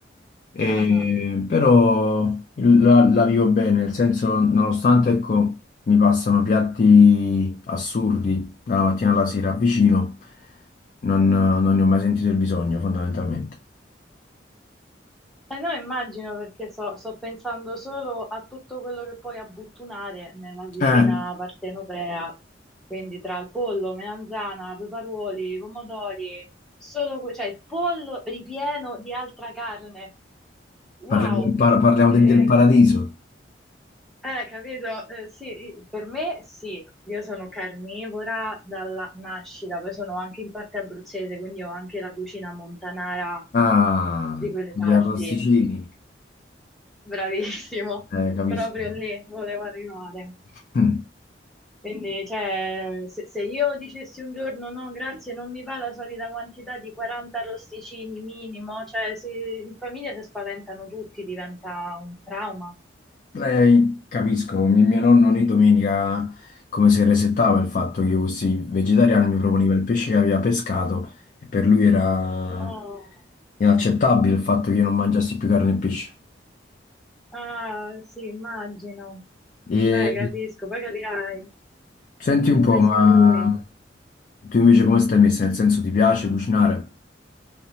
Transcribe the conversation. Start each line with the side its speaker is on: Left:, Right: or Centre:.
Left: E-
Centre: Ah, ah,
Left: però la, la vivo bene, nel senso, nonostante ecco, mi passano piatti assurdi dalla mattina alla sera vicino, non, non ne ho mai sentito il bisogno, fondamentalmente.
Centre: Eh no, immagino perché so- sto pensando solo a tutto quello che puoi abbottunare nella cucina
Left: Eh,
Centre: partenopea, quindi tra il pollo, melanzana, peperuoli, pomodori, solo que- cioè il pollo ripieno di altra carne. Wow,
Left: parliamo del, par- parliamo
Centre: che...
Left: del- del paradiso.
Centre: Eh, capito? Eh, sì, per me sì, io sono carnivora dalla nascita, poi sono anche in parte abruzzese, quindi ho anche la cucina montanara
Left: Ah,
Centre: di quelle
Left: gli
Centre: parti.
Left: arrosticini,
Centre: Bravissimo,
Left: eh, capisco.
Centre: proprio lì volevo arrivare.
Left: <clears throat> Mm.
Centre: Quindi, cioè, se, se io dicessi un giorno no, grazie, non mi va la solita quantità di 40 rosticini minimo, cioè, si- in famiglia si spaventano tutti, diventa un trauma.
Left: Eh, capisco, mi- mio nonno ogni domenica come se resettava il fatto che io fossi vegetariano, mi proponeva
Centre: Ah,
Left: il pesce che aveva pescato e per lui era
Centre: Oh,
Left: inaccettabile il fatto che io non mangiassi più carne e pesce.
Centre: ah, sì, immagino.
Left: E
Centre: Beh, capisco, poi capirai,
Left: senti un
Centre: lo
Left: po',
Centre: pesca
Left: ma
Centre: lui.
Left: tu invece come stai messa? Nel senso ti piace cucinare?